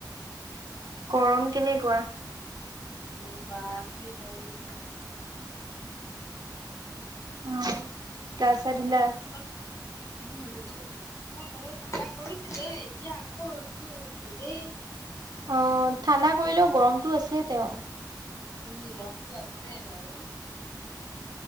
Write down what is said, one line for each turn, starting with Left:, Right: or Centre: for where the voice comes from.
Right: গৰম কেনেকুৱা?
Left: অ, বা কি গৰম দি
Right: অ গা ছা ধোলা?
Left: আম উম ধোলো অকন বতৰটো ঠাণ্ডা কৰিছিলে এতিয়া আকৌ ৰ'দতটো দিলেই
Right: অ ঠাণ্ডা কৰিলেও গৰমতটো আছে তেওঁ
Left: উম গৰমতটো আছে বাৰু